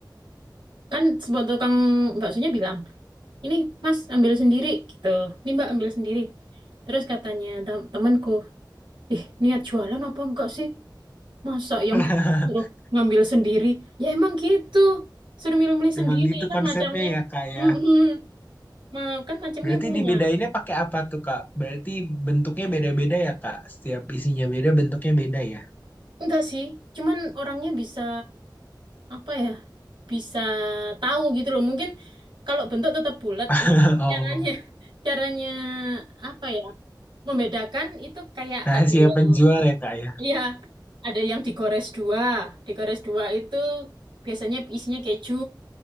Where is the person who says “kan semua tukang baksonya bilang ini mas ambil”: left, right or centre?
Right